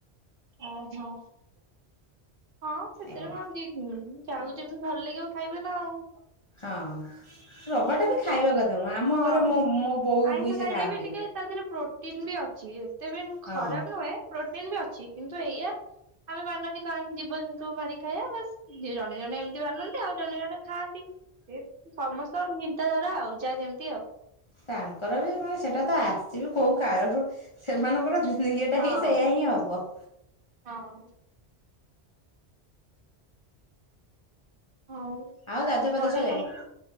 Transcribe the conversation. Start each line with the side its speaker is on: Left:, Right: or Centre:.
Right: ଓହୋ। ଆଉ ହଁ ସେଥିରେ
Left: ଏଇଆ
Right: କଣ ଜି ହୁଁ ଯାଉ ଯେମତି ଭଲ ଲାଗିବ ଖାଇବେ ନା ଆଉ।
Left: ହଁ ରବିବାରଟା ବି ଖାଇବା କଥା ନୁହ। ଆମ
Right: ହଁ
Left: ଘରେ ମୋ ବୋଉ
Right: ଆଇଁଷ
Left: ବି ସେ
Right: ଖାଇଲେ
Left: ଖାଆନ୍ତିନି।
Right: ଟିକେ ତା ଦିହରେ ପ୍ରୋଟିନ ବି ଅଛି। ଏତେ ବି ଖରାପ
Left: ହଁ
Right: ନୁହେଁ ପ୍ରୋଟିନ ବି ଅଛି କିନ୍ତୁ ଏଇଆ ଆମେ ମାନନ୍ତି କାଇଁ ଜୀବଜନ୍ତୁ ମାରିକି ଖାଇବା ବସ୍ ଯିଏ ଜଣେ ଜଣେ ଏମିତି ମାନନ୍ତି ଆଉ ଜଣେ ଜଣେ ଖାଆନ୍ତି ସେ ସମସ୍ କଣ ଚିନ୍ତା ଧାରା ଆଉ ଯାଆ ଯେମିତି ଆଉ
Left: ତାଙ୍କର ବି ମାନେ ସେଟା ତ ଆସିବେ କୋଉ କାଳରୁ ସେମାନଙ୍କର ୟେ ଟା
Right: ହଁ।
Left: ହିଁ ସେଇୟା ହିଁ ହବ।
Right: ହଁ। ହଁ
Left: ଆଉ ଗାଧୁଆ ପାଧୁଆ
Right: ଘରେ
Left: ସରିଲାଣି
Right: ସମସ୍ତେ